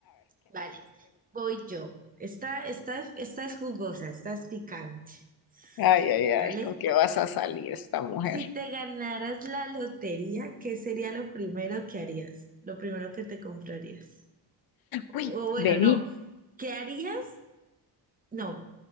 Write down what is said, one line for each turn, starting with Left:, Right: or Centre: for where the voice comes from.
Right: Vale, voy yo. Esta, esta, esta es jugosa, esta es picante,
Left: Ay, ay, ay,
Right: ¿vale?
Left: ¿con qué vas a salir esta mujer?
Right: Si te ganaras la lotería, ¿qué sería lo primero que harías? Lo primero que te comprarías. O
Left: Uy,
Right: bueno,
Left: vení.
Right: no. ¿Qué harías? No.